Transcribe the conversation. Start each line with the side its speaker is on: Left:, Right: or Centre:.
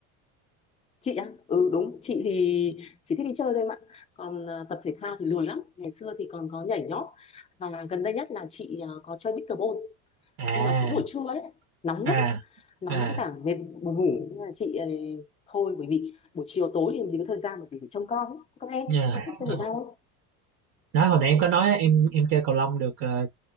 Left: chị á ừ đúng chị thì chỉ thích đi chơi thôi em ạ còn ờ, tập thể thao thì lười lắm ngày xưa thì còn có nhảy nhót và gần đây nhất là chị ờ, có chơi pickleball
Right: À,
Left: nhưng mà cũng buổi trưa ấy nóng
Right: à,
Left: quá nóng
Right: à,
Left: với cả mệt buồn ngủ nên là chị ờ, thôi bởi vì buổi chiều tối thì làm gì có thời gian bởi vì phải trông con ấy còn em em
Right: nha.
Left: có thích chơi thể thao không
Right: đó hồi nãy em có nói em em chơi cầu lông được ờ,